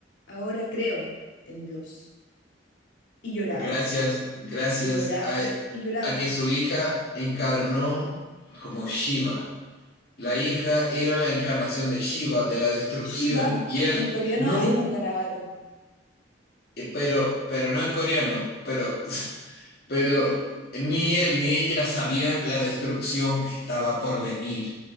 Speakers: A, on the left; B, on the left.
A: ahora creo en Dios. Y lloraba,
B: gracias, gracias
A: y lloraba,
B: a,
A: y lloraba.
B: a que su hija encarnó como Shiva. La hija era la encarnación de Shiva, de la destrucción.
A: Shiva
B: Y él
A: en coreano
B: nunca,
A: es un garabato.
B: pero, pero no en coreano, pero, <laughs>
A: <laughs>
B: pero ni él ni ella sabían la destrucción que estaba por venir.